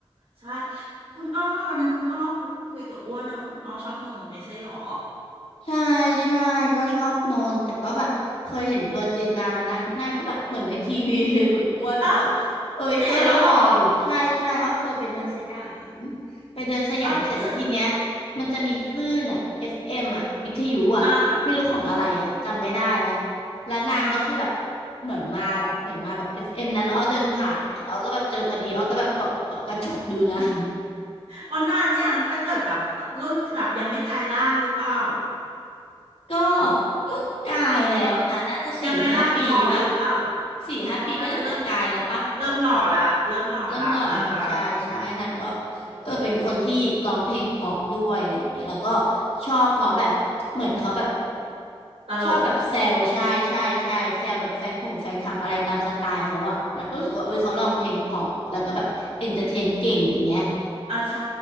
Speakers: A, on the right (about 85°); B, on the left (about 80°).
A: ใช่คุณอ้อวันนั้นคุณอ้อคุคุยกับอ้วนคุณอ้อชอบหนุ่นไม่ใช่หรอ
B: ใช่ใช่ก็ชอบโนนแต่ก็แบบเคยเห็นตัวจริงนานแล้วนางนางก็แบบเหมือนในทีวีเลยคุณอ้วนแบบก็
A: อ้าว
B: เอ้ยก็หล่ออยู่ใช่ใช่อ้อเคยไปเดินสยาม
A: เห็นแล้วเหรอ
B: ไปเดินสยามเสร็จแล้วทีเนี้ย
A: อ้าวแล้วเจอ
B: มันจะมีคลื่นอ่ะ FM อฟเอ็มอ่ะวิทยุอ่ะไม่รู้ของอะไรอ่ะจำไม่ได้แล้ว
A: อ่าอ่าฮะ
B: แล้วนางก็คือแบบ
A: อ่า
B: เหมือนมาแบบเหมือนมาแบบ FM นั้นแล้วอ้อเดินผ่านเนี่ยแล้วอ้อก็แบบเจอพอดีอ้อก็แบบเกาะเกาะกระจกดูนาง
A: อ๋อนานยังถ้าเกิดแบบรุ่นหลับยังไม่กลายร่างหรือเปล่า
B: ก็ก็กลายแล้วนะน่าจะสี่ห้าปีปะ
A: ยังไม่ร่างทองหรือเปล่า
B: สี่ห้าปีก็น่าจะกลายแล้วปะ
A: อ๋อนางก็เริ่ม เริ่มหล่อละเริ่มหล่อละอ่าฮะ
B: เริ่มหล่อแล้วใช่ใช่นางก็
A: อืม
B: เออเป็นคนที่ร้องเพลงเพราะด้วยอะไรอย่างเงี้ยแล้วก็ชอบเพราะแบบเหมือนเขาแบบ
A: ตลก
B: ชอบแบบแซวใช่ใช่ใช่แซวแบบแฟนคงแฟนคลับอะไรตามสไตล์เขาอะแล้วก็รู้สึกว่าเออเขาร้องเพลงเพราะแล้วก็แบบเอนเตอร์เทนเก่งอย่างเงี้ย
A: <laughs> อ่าใช่